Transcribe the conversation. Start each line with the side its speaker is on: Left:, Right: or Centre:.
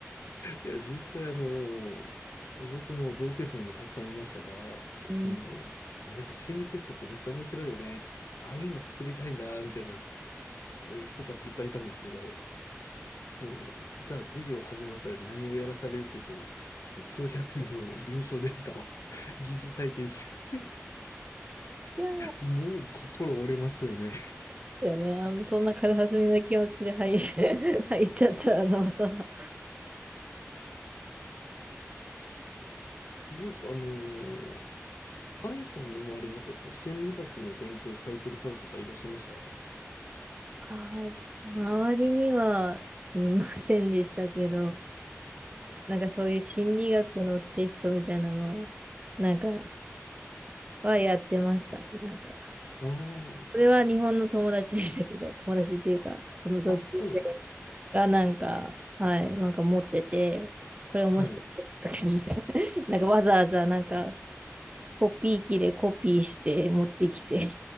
Left: いや、実際あの、僕の同級生にもたくさんいましたが、
Right: うん
Left: その、いや、なんか心理テストってめっちゃ面白いよねって、ああいうの作りたいんだ、みたいなえ人たちいっぱいいたんですけど、その、じゃあ授業始まったら何をやらされるというと、その数百人の臨床データを <laughs> 疑似体験して、
Right: いや
Left: もう心折れますよね。
Right: よね。あの、そんな軽はずみな気持ちで入、<laughs> 入っちゃったらなおさら。
Left: どうですかあの愛さんの周りでなんかその心理学の勉強されてる方とかいらっしゃいましたあ
Right: あー周りにはいませんでしたけど、なんかそういう心理学のテストみたいなのを、なんか、はやってましたね。なんか、
Left: あー。
Right: それは日本の友達でしたけど、友達っていうか、その同級生
Left: あ、そうなんですね。
Right: がなんか、はい、なんか持ってて、これ面白い。
Left: はい。
Right: <laughs> なんかわざわざなんか、コピー機でコピーして持ってきて